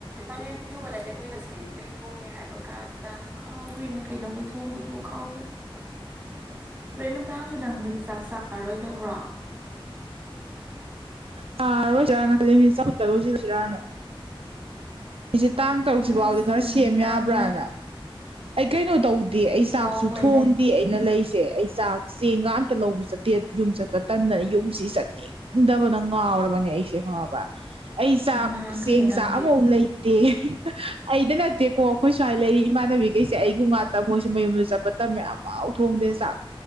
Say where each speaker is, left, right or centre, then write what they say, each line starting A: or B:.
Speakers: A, on the right (about 20°); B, on the right (about 75°).
A: ꯃꯥꯏꯔꯦꯟ ꯊꯣꯡꯕ ꯅꯠꯇꯦ ꯑꯩꯈꯣꯏ ꯉꯁꯤꯗꯤ ꯊꯣꯡꯉꯦ ꯍꯥꯏꯕ ꯀꯥꯟꯗ ꯀꯥꯎꯈ꯭ꯔꯦꯅ ꯀꯩꯅꯣꯈꯣꯏ ꯊꯣꯡꯕꯗꯨꯕꯨ ꯀꯥꯎꯈ꯭ꯔꯦ ꯍꯔꯦꯟ ꯅꯨꯡꯗꯥꯡꯁꯨ ꯅꯪꯗꯨꯗꯤ ꯆꯥꯛ ꯆꯥꯔꯔꯣꯏꯗꯕ꯭ꯔꯣ
B: ꯇꯥꯔꯣꯏꯁꯤꯔꯥꯅ ꯀ ꯃꯤꯅꯤꯠ ꯆꯥꯃꯨꯛꯇ ꯂꯣꯏꯁꯤꯂꯁꯤꯔꯥꯅ ꯑꯩꯁꯦ ꯇꯥꯡ ꯇꯔꯨꯛꯁꯤ
A: ꯑꯁ
B: ꯐꯥꯎꯗꯤ ꯈꯔ
A: ꯅꯪꯗꯤ
B: ꯁꯦꯝ ꯌꯥꯕ꯭ꯔꯥꯅ
A: ꯌꯥꯝꯅ
B: ꯑꯩ ꯀꯩꯅꯣ ꯇꯧꯗꯦ ꯑꯩ ꯆꯥꯛꯁꯨ
A: ꯑꯣ ꯍꯣꯏ
B: ꯊꯣꯡꯗꯦ
A: ꯅꯪ
B: ꯑꯩꯅ ꯂꯩꯁꯦ ꯑꯩ ꯆꯥꯛ ꯆꯦꯡꯒ ꯑꯇ ꯂꯧꯕ ꯆꯠꯇꯦ ꯌꯨꯝ ꯆꯠꯄ ꯇꯟꯗꯅ ꯌꯨꯝꯁꯤ ꯆꯠꯅꯤꯡꯗꯕ ꯅꯪ ꯉꯥꯎꯔꯕꯅꯦ ꯑꯩꯁꯦ ꯍꯣꯏꯕ ꯑꯩ ꯆꯥꯛ
A: ꯏꯃꯥ
B: ꯆꯦꯡ
A: ꯀꯩꯅꯣ ꯅꯪꯗꯤ
B: ꯆꯥꯛ ꯑꯃꯐꯥꯎ ꯂꯩꯇꯦ ꯑꯩꯗ ꯅꯠꯇꯦꯀꯣ ꯑꯩꯈꯣꯏ ꯁꯨꯋꯥꯥꯏ ꯂꯩꯔꯤ ꯏꯃꯥꯅ ꯈꯩꯁꯦ ꯑꯩꯒꯤ ꯉꯥꯛꯇ ꯃꯣꯏꯁꯨ ꯃꯌꯨꯝꯗ ꯆꯠꯄ ꯇꯃꯦꯌꯥꯝ ꯊꯣꯡꯗꯦ ꯆꯥꯛ